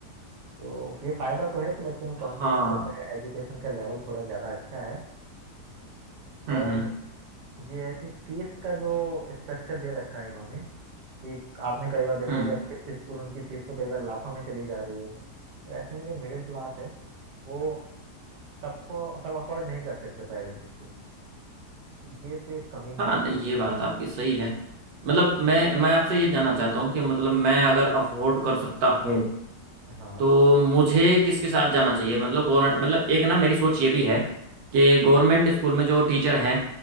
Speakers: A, on the right (about 85°); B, on the right (about 70°).
A: तो ये फायदा तो है कि बच्चे में कॉन्फिडेंस
B: हाँ
A: होता है एजुकेशन का लेवल थोड़ा ज्यादा अच्छा है
B: हम्म
A: पर
B: हम्म
A: ये है कि फीस का जो स्ट्रक्चर दे रखा है इन्होंने कि आपने कई बार देखो
B: हम्म
A: जो अच्छे अच्छे स्कूल उनकी फीस तो कई बार लाखों में चली जा रही है तो ऐसे में जो मिडिल क्लास है वो सबको सब अफोर्ड नहीं कर सकते प्राइवेट स्कूल ये तो एक कमी
B: हाँ
A: है इसकी
B: नहीं, ये बात आपकी सही है मतलब मैं मैं आपसे ये जानना चाहता हूँ कि मतलब मैं अगर अफोर्ड कर सकता हूँ
A: हाँ
B: तो मुझे किसके साथ जाना चाहिए मतलब गवर्नमेंट मतलब एक ना मेरी सोच ये भी है कि गवर्नमेंट स्कूल में जो टीचर हैं